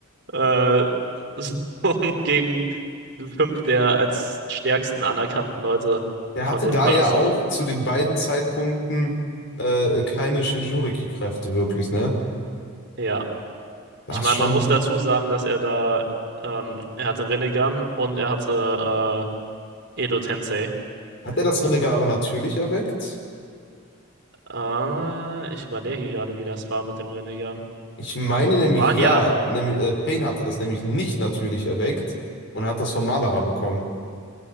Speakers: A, on the right; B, on the left.
A: Äh, <laughs> so gegen fünf der als stärksten anerkannten Leute
B: Der
A: von
B: hatte
A: dem
B: da
A: Verse.
B: ja auch zu den beiden Zeitpunkten äh, keine Shinjuriki-Kräfte wirklich, ne?
A: Ja,
B: Das
A: ich meine,
B: schon.
A: man muss dazu sagen, dass er da, ähm, er hatte Rinnegan und er hatte äh, Edo Tensei.
B: Hat er das Rinnegan aber natürlich erweckt?
A: Äh, ich überlege gerade, wie das war mit dem Rinnegan.
B: Ich meine nämlich
A: Es waren
B: ja,
A: ja,
B: nämlich, äh, Pain hatte das nämlich nicht natürlich erweckt und hat das von Madara bekommen.